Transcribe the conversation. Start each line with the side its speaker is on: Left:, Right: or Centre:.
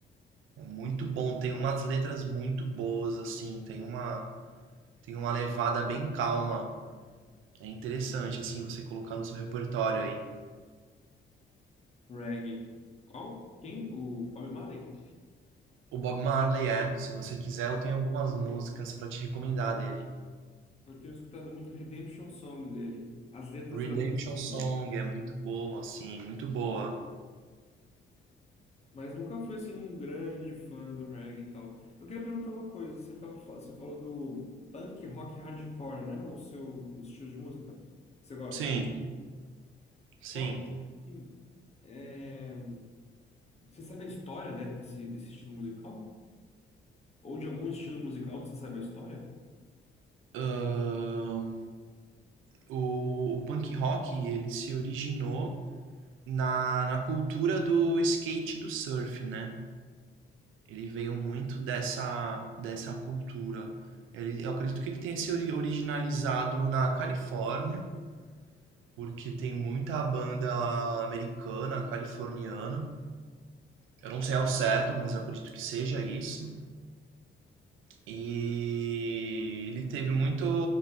Right: É muito bom, tem umas letras muito boas, assim, tem uma, tem uma levada bem calma. É interessante, assim, você colocar no seu repertório aí.
Left: Reggae. Qual? Quem? O Bob Marley?
Right: O Bob Marley é, se você quiser, eu tenho algumas músicas pra te recomendar dele.
Left: Eu tenho escutado muito Redemption Song dele. As letras
Right: Redemption
Left: eram muito boas
Right: Song
Left: mesmo.
Right: é muito boa, assim, muito boa.
Left: Mas nunca fui assim um grande fã do reggae e tal. Eu queria perguntar uma coisa, você tava, fa- você falou do punk rock hardcore, né? O seu o estilo de música. Você gosta?
Right: Sim, sim.
Left: Qual que é, Você sabe a história de- desse, desse estilo musical? Ou de algum estilo musical que você sabe a história?
Right: Ahn, o, o punk rock, ele se originou na, na cultura do skate e do surf, né? Ele veio muito dessa, dessa cultura. Ele, eu acredito que ele tenha se originalizado na Califórnia, porque tem muita banda americana, californiana. Eu não sei ao certo, mas eu acredito que seja isso. E ele teve muito,